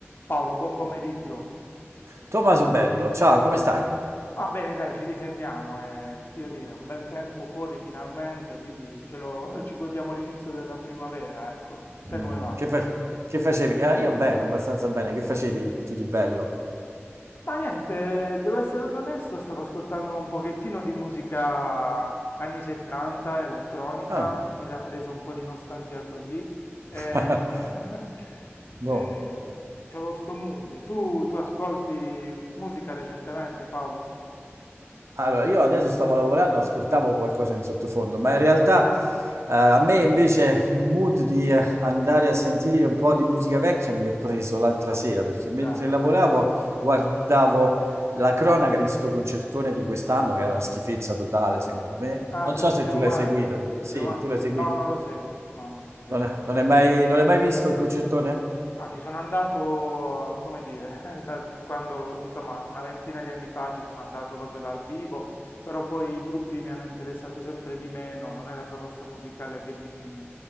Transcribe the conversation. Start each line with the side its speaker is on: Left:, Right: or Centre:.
Left: Paolo, buon pomeriggio.
Right: Tommaso Bello, ciao,
Left: <laughs>
Right: come stai?
Left: Va bene, dai, ci difendiamo. eh, che ti devo dire, un bel tempo fuori finalmente, quindi ce lo, <laughs> ci godiamo l'inizio della primavera, ecco. Te
Right: Mm,
Left: come va?
Right: che, fa- che facevi? Eh, io bene, abbastanza bene. Che facevi tu di bello?
Left: Ma niente, eh, devo essere proprio onesto, stavo ascoltando un pochettino di musica anni 70, elettronica,
Right: Ah,
Left: mi era preso un po' di nostalgia così. E...
Right: <laughs>
Left: <laughs>
Right: buono.
Left: e c'avevo sto mood. Tu, tu ascolti musica recentemente, Paolo?
Right: Allora, io adesso stavo lavorando, ascoltavo qualcosa in sottofondo, ma in realtà eh, a me invece il mood di eh, andare a sentire un po' di musica vecchia mi è preso l'altra sera, perché mentre
Left: Dai.
Right: lavoravo guardavo la cronaca di sto concertone di quest'anno, che era una schifezza totale, secondo me.
Left: Ah,
Right: Non
Left: quello
Right: so
Left: del
Right: se
Left: primo
Right: tu l'hai
Left: maggio?
Right: seguito. Sì,
Left: Primo ma-
Right: tu l'hai seguito.
Left: No, non lo seguo. No, no, no, zero.
Right: Non è- non hai mai, non hai mai visto il concertone?
Left: Ah, ci sono andato, come dire, <laughs> da- quando, insomma, una ventina di anni fa ci sono andato proprio dal vivo, però poi i gruppi mi hanno interessato sempre di meno, non è la proposta musicale che mi,